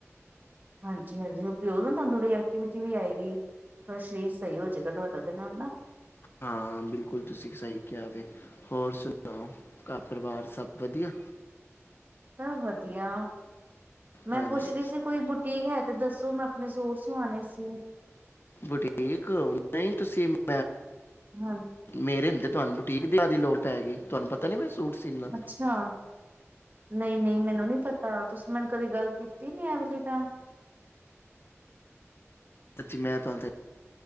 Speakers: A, on the right (about 35°); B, on the left (about 45°).
A: ਹਾਂਜੀ-ਹਾਂਜੀ ਉਹ <unintelligible> ਤੁਹਾਨੂੰ ਐਕਟੀਵਿਟੀ ਵੀ ਆਏਗੀ। ਤਾਂ ਸਰੀਰ ਸਈ ਹੋਜੇਗਾ ਤੁਹਾਡਾ ਓਦੇ ਨਾਲ ਨਾ
B: ਹਾਂ ਬਿਲਕੁਲ ਤੁਸੀਂ ਸਹੀ ਕਿਹਾ ਵੇ ਹੋਰ ਸੁਣਾਓ ਘਰ ਪਰਿਵਾਰ ਸਭ ਵਧੀਆ
A: ਸਭ ਵਧੀਆ ਮੈਂ
B: ਹਾਂਜੀ
A: ਪੁੱਛ ਰਹੀ ਸੀ ਕੋਈ ਬੁਟੀਕ ਹੈ ਤੇ ਦੱਸੋ ਮੈਂ ਆਪਣੇ ਸੂਟ ਸਵਾਣੇ ਸੀ
B: ਬੁਟੀਕ ਨਹੀਂ ਤੁਸੀਂ <unintelligible>
A: ਹਾਂਜੀ
B: ਮੇਰੇ ਹੁੰਦੇ ਤੁਹਾਨੂੰ ਬੂ- ਟੀਕ ਦਿਆ ਦੀ ਲੋੜ ਪੈਗੀ ਤੁਹਾਨੂੰ ਪਤਾ ਨੀ ਮੈਂ ਸੂਟ ਸੀਨਾ
A: ਅੱਛਾ, ਨਈ-ਨਈ ਮੈਨੂੰ ਨੀ ਪ ਤਾਂ ਤੁਸੀਂ ਮੈਨੂੰ ਕਦੀ ਗੱਲ ਕੀਤੀ ਨੀ, ਐਵੇਲੀ ਤਾਂ
B: ਸੱਚੀ ਮੈਂ ਤੁਹਾਨੂੰ